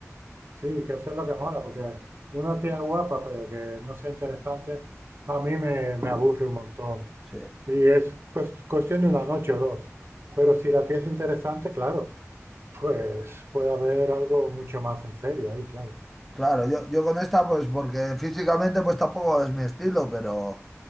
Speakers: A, on the right (about 50°); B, in the centre.
A: Sí, que eso es lo que mola, porque una tía guapa, pero que no sea interesante, a mí me, me aburre un montón.
B: sí,
A: Y es cues- cuestión de una noche o dos. Pero si la tía es interesante, claro, pues puede haber algo mucho más en serio ahí, claro.
B: claro, yo, yo con esta, pues porque físicamente, pues tampoco es mi estilo, pero...